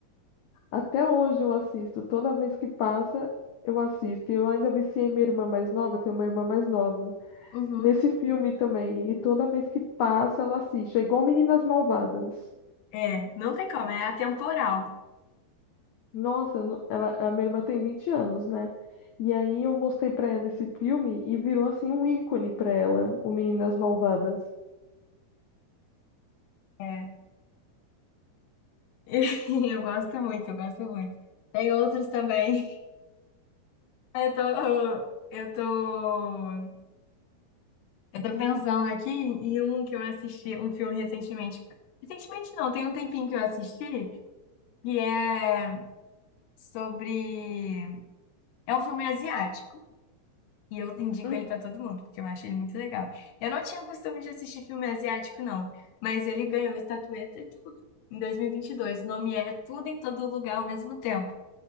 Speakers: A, on the left; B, on the left.
A: Até hoje eu assisto. Toda vez que passa, eu assisto. E eu ainda viciei minha irmã mais nova, eu tenho uma irmã mais nova.
B: Uhum.
A: Nesse filme também. E toda vez que passa, ela assiste. É igual Meninas Malvadas.
B: É, não tem como, é atemporal.
A: Nossa, no- ela, a minha irmã tem 20 anos, né? E aí eu mostrei pra ela esse filme e virou assim um ícone pra ela, o Meninas Malvadas.
B: É. <laughs> Eu gosto muito, eu gosto muito. Tem outros também. <laughs> Eu tô, eu tô Eu tô pensando aqui em um que eu assisti, um filme recentemente. Recentemente não, tem um tempinho que eu assisti, e é sobre. É um filme asiático, e eu indico
A: Hum.
B: ele pra todo mundo, porque eu acho ele muito legal. Eu não tinha costume de assistir filme asiático, não, mas ele ganhou estatueta e tudo em 2022. O nome é Tudo em Todo Lugar ao Mesmo Tempo.